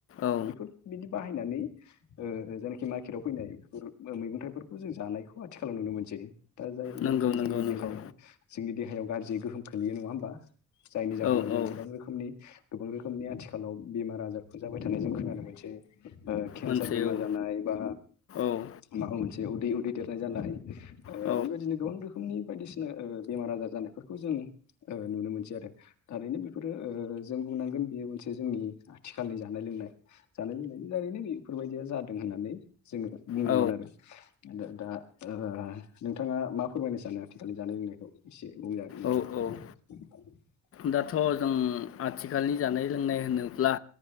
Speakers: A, on the left; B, on the left.
A: औ
B: बेफोर बिदि बाहायनानै ओ जायनाखि मार्केटआव फैनाय बेफोर मैगं थाइफोरखौ जों जानायखौ आथिखालाव नुनो मोनसै। दा जायनाखि
A: नंगौ नंगौ
B: जोंनि देहायाव
A: नंगौ
B: जोंनि देहायाव गाज्रि गोहोम खोलैयो नङा होमबा? जायनि जाहोनाव
A: औ
B: जों
A: औ
B: गोबां रोखोमनि गोबां रोखोम नि आथिखालाव बेमार आजारखौ जाबाय थानाय जों खोनादों मोनसै ओ केनसार
A: मोनसे
B: बेमार
A: औ
B: जानाय बा
A: औ
B: माबा मोनसे उदै उदै देरनाय जानाय ओ
A: औ
B: बेबायदिनो गोबां रोखोमनि बायदिसिन ओ बेमार आजार जानायफोरखौ जों नुनो मोनसै आरो। थारैनो बेफोरो ओ जों बुंनांगोन बेयो मोनसे जोंनि आथिखालनि जानाय लोंनाय जानाय लोंनायनि दारैनो बेफोरबायदिया जादों होननानै जोङो बुंनांगोन
A: औ
B: आरो। दा ओ नोंथाङा मा फोरमायनो सानो आथिखालनि जानाय लोंनायखौ एसे? <unintelligible>
A: औ औ दाथ' जों आथिखालनि जानाय लोंनाय होनोब्ला